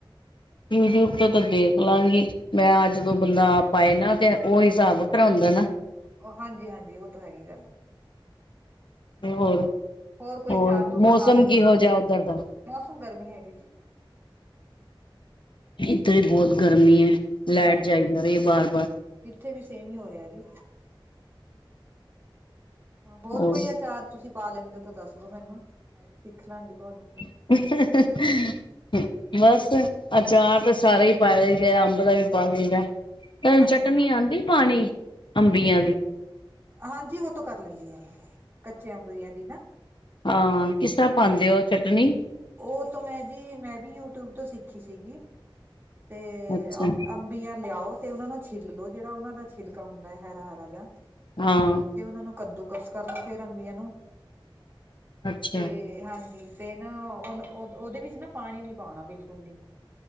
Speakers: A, on the left (about 65°); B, on the right (about 25°).
A: ਯੂਟਿਊਬ ਤੋਂ ਤਾਂ ਦੇਖ ਲਾਂਗੀ। ਮੈਂ ਜਦੋਂ ਬੰਦਾ ਪਾਏ ਨਾ ਤੇ ਉਹੀ ਹਿਸਾਬ ਵਕਰਾ ਉਂਦਾ ਨਾ
B: ਓ ਹਾਂਜੀ-ਹਾਂਜੀ ਓ ਤੋਂ ਹੈਗੀ ਈ ਗੱਲ
A: ਹੋਰ-ਹੋਰ
B: ਹੋਰ ਕੋਈ ਚਾਰ ਤੁਸੀਂ
A: ਮੌਸਮ
B: ਪਾ ਲੈਂਦੇ
A: ਕਿਹੋ
B: ਹੋਗੇ,
A: ਜਾ ਉੱਧਰ ਦਾ
B: ਮੌਸਮ ਗਰਮੀ ਹੈਗੀ ਜੀ।
A: ਇੱਧਰ ਬੋਤ ਗਰਮੀ ਏ ਲੈਟ
B: ਹਾਂ
A: ਜਾਈ ਜਾ ਰਈ ਐ ਬਾਰ-ਬਾਰ
B: ਇੱਥੇ ਵੀ ਸੇਮ ਈ ਹੋ ਰਿਆ ਜੀ। ਹੋਰ
A: ਉਹ
B: ਕੋਈ ਆਚਾਰ ਤੁਸੀਂ ਪਾ ਲੈਂਦੇ ਓ ਤਾਂ ਦੱਸ ਦੋ ਮੈਨੂੰ, ਮੈਂ ਵੀ ਸਿੱਖ ਲਾਂਗੀ ਤੁਆਡੇ ਤੋਂ।
A: <unintelligible> ਬਸ, ਅਚਾਰ ਤਾਂ ਸਾਰੇ ਈ ਪਾ ਲਈਦੇ, ਅੰਬ ਦਾ ਵੀ ਪਾ ਲਈਦਾ। ਅਅ
B: ਅੱਛਾ
A: ਚਟਨੀ ਆਂਦੀ ਪਾਣੀ ਅੰਬੀਆਂ ਦੀ?
B: ਹਾਂਜੀ ਓ ਤੋਂ ਕਰ ਲੈਂਦੀ ਆ ਮੈਂ, ਕਚਿਆ ਅੰਬੀਆਂ ਦੀ ਨਾ?
A: ਹਾਂ, ਕਿਸ ਤਰ੍ਹਾਂ ਪਾਂਦੇ ਓ ਚਟਨੀ?
B: ਓ ਤੋ ਮੈਂ ਜੀ, ਮੈਂ ਵੀ ਯੂਟਿਊਬ ਤੋਂ ਸਿੱਖੀ ਸੀਗੀ ਤੇ
A: ਅੱਛਾ
B: ਅ ਅੰਬੀਆਂ ਲਿਆਓ ਤੇ ਉਨ੍ਹਾਂ ਨੂੰ ਛਿੱਲ ਲੋ, ਜੇੜਾ ਉਨਾਂ ਦਾ ਛਿਲਕਾ ਹੁੰਦਾ, ਹਰਾ-ਹਰਾ ਜਾ
A: ਹਾਂ।
B: ਤੇ ਉਨਾਂ ਨੂੰ ਕੱਦੂ-ਕਸ ਕਰ ਲੋ, ਫੇਰ ਅੰਬੀਆਂ ਨੂੰ
A: ਅੱਛਾ
B: ਤੇ ਹਾਂਜੀ! ਤੇ ਨਾ, ਉਹ ਉਦੇ ਵਿੱਚ ਨਾ ਪਾਣੀ ਨੀ ਪਾਣਾ ਬਿਲਕੁਲ।